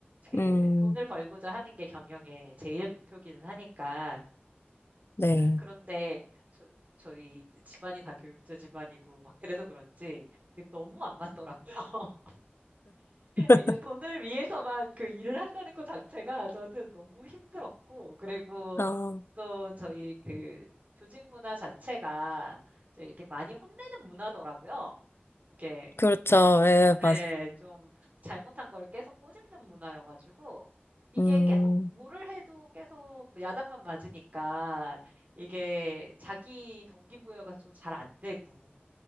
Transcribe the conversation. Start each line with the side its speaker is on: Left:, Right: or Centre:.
Right: 그
Left: 음,
Right: 돈을 벌고자 하는 게 경영의 제일 목표기는 하니까
Left: 네.
Right: 그런데 저, 저희 집안이 다 교육자 집안이고 막 그래서 그런지 이게 너무 안 맞더라고요. <laughs>
Left: <laughs>
Right: 이제 돈을 위해서만 그 일을 한다는 것 자체가 저한테 너무 힘들었고 그리고
Left: 아,
Right: 또 저희 그 조직 문화 자체가 좀 이렇게 많이 혼내는 문화더라고요. 이게
Left: 그렇죠. 예,
Right: 네,
Left: 맞아.
Right: 좀 잘못한 걸 계속 꼬집는 문화여가지고 이게
Left: 음,
Right: 계속 뭐를 해도 계속 야단만 맞으니까 이게 자기 동기부여가 좀 잘 안 되고